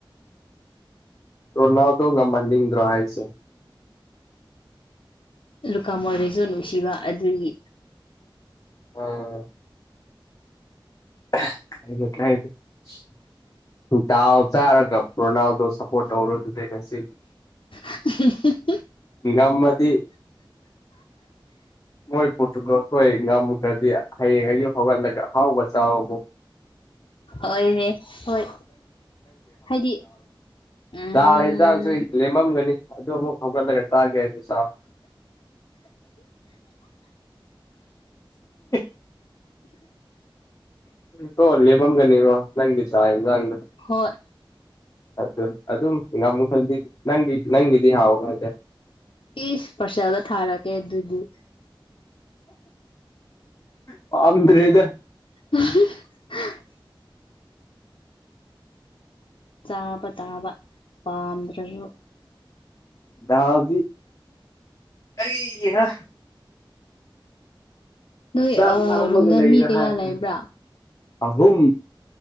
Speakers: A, on the left; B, on the left.
A: ꯔꯣꯅꯥꯜꯗꯣ ꯉꯝꯍꯟꯅꯤꯡꯗ꯭ꯔꯣ ꯍꯥꯏꯁꯦ
B: ꯂꯨꯀꯥꯃꯣꯔꯦꯁꯨ ꯅꯨꯡꯁꯤꯕ ꯑꯗꯨꯒꯤ
A: ꯑꯣ <unintelligible> ꯗꯥꯜ ꯆꯥꯔꯒ ꯔꯣꯅꯥꯜꯗꯣ ꯁꯄꯣꯔꯠ ꯇꯧꯔꯣ ꯑꯗꯨꯗꯤ ꯉꯁꯤ
B: <unintelligible>
A: ꯉꯝꯃꯗꯤ ꯃꯣꯏ ꯄ꯭ꯔꯣꯇꯨꯒꯜꯍꯣꯏ ꯉꯝꯈ꯭ꯔꯗꯤ ꯍꯌꯦꯡ ꯑꯌꯨꯛ ꯍꯧꯒꯠꯂꯒ ꯑꯍꯥꯎꯕ ꯆꯥꯎꯑꯣꯕꯨ
B: ꯍꯣꯏꯅꯦ ꯍꯣꯏ ꯍꯥꯏꯗꯤ ꯎꯝ
A: ꯆꯥ ꯌꯦꯟꯖꯥꯡꯁꯨ ꯂꯦꯝꯃꯝꯒꯅꯤ ꯑꯗꯨ ꯑꯃꯨꯛ ꯍꯧꯒꯠꯂꯒ ꯆꯥꯒꯦꯁꯨ ꯆꯥꯎ <unintelligible> ꯀꯣ ꯂꯦꯝꯃꯝꯒꯅꯤꯀꯣ ꯅꯪꯒꯤ ꯆꯥꯛ ꯌꯦꯟꯖꯥꯡꯗ
B: ꯍꯣꯏ
A: ꯑꯗꯨ ꯑꯗꯨꯝ ꯉꯝꯈ꯭ꯔꯗꯤ ꯅꯪꯒꯤ ꯅꯪꯒꯤꯗꯤ ꯍꯥꯎꯔꯣꯏꯗ
B: ꯏꯁ ꯄꯔꯁꯦꯜꯗ ꯊꯥꯔꯒꯦ ꯑꯗꯨꯗꯤ
A: ꯄꯥꯝꯗ꯭ꯔꯦꯗ
B: <unintelligible> ꯆꯥꯕ ꯇꯥꯕ ꯄꯥꯝꯗ꯭ꯔꯁꯨ
A: ꯗꯥꯎꯗꯤ ꯑꯩꯍꯥ
B: ꯅꯣꯏ
A: ꯆꯥꯛ
B: ꯑ
A: ꯂꯝꯃꯒ
B: ꯔꯨꯝꯗ
A: ꯂꯩꯔꯦ
B: ꯃꯤ ꯀꯌꯥ
A: ꯍꯥꯏꯗꯤ
B: ꯂꯩꯕ꯭ꯔꯥ
A: ꯑꯍꯨꯝ